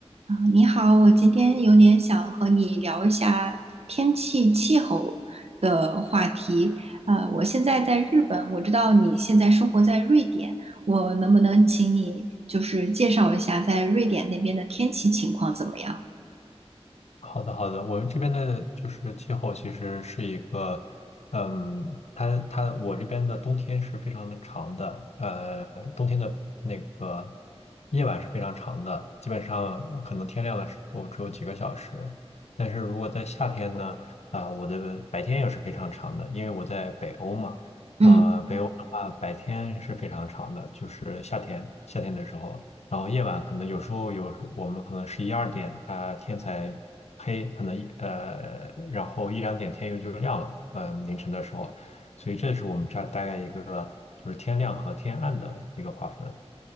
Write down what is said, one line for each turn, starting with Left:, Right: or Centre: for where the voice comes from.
Right: 啊，你好，我今天有点想和你聊一下天气气候的话题。呃，我现在在日本，我知道你现在生活在瑞典，我能不能请你就是介绍一下在瑞典那边的天气情况怎么样？
Left: 好的，好的，我们这边的就是气候其实是一个，嗯，它它我这边的冬天是非常的长的，呃，冬天的那个夜晚是非常长的，基本上呃可能天亮的时候只有几个小时，但是如果在夏天呢，啊、我的白天也是非常长的，因为我在北欧嘛，
Right: 嗯。
Left: 啊，北欧的话白天是非常长的，就是夏天夏天的时候。然后夜晚可能有时候有我们可能十一二点，它天才黑，可能一呃，然后一两点天又就亮了，嗯、呃，凌晨的时候，所以这是我们这儿大概一个就是天亮和天暗的一个划分。